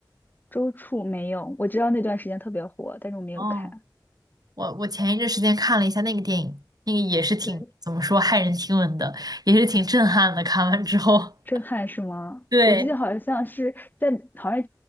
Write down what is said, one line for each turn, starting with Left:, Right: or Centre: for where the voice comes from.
Left: 周处没有，我知道那段时间特别火，但是我没有看。
Right: 哦，我我前一阵时间看了一下那个电影，那个也是挺怎么说骇人听闻的，
Left: 对。
Right: 也是挺震撼的。看完之后，
Left: 震撼是吗？
Right: <laughs> 对，
Left: 我记得好像是在，好像